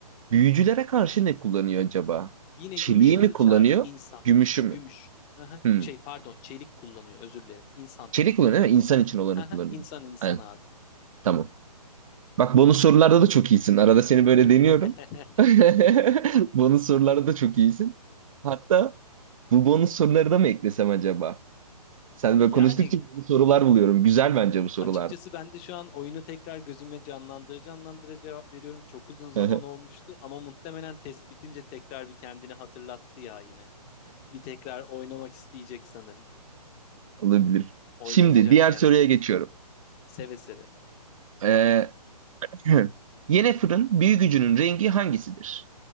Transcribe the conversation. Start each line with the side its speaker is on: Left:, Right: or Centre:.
Right: Büyücülere karşı ne kullanıyor acaba?
Left: Yine
Right: Çeliği
Left: gümüş kılıç
Right: mi kullanıyor?
Left: abi. İnsan.
Right: Gümüşü mü?
Left: Gümüş. Aha,
Right: Hmm.
Left: şey pardon çelik kullanıyor özür dilerim. İnsan.
Right: Çelik kullanıyor değil mi? İnsan için olanı
Left: Aha,
Right: kullanıyor.
Left: insan insan
Right: Aynen.
Left: abi.
Right: Tamam. Bak bonus sorularda da çok iyisin. Arada seni böyle
Left: <laughs>
Right: deniyorum. <laughs> Bonus sorularda da çok iyisin. Hatta bu bonus soruları da mı eklesem acaba? Sen
Left: Yani
Right: böyle konuştukça yeni sorular buluyorum. Güzel bence bu sorular.
Left: açıkçası ben de şu an oyunu tekrar gözüme canlandırıcı canlandıra cevap veriyorum. Çok uzun zaman
Right: <laughs>
Left: olmuştu ama muhtemelen test bitince tekrar bir kendini hatırlattı ya yine. Bir tekrar oynamak isteyecek sanırım.
Right: Olabilir.
Left: Oynatacak
Right: Şimdi diğer
Left: kendini.
Right: soruya geçiyorum.
Left: Seve seve.
Right: Ee, <clears throat> Yene fırın gücünün rengi hangisidir?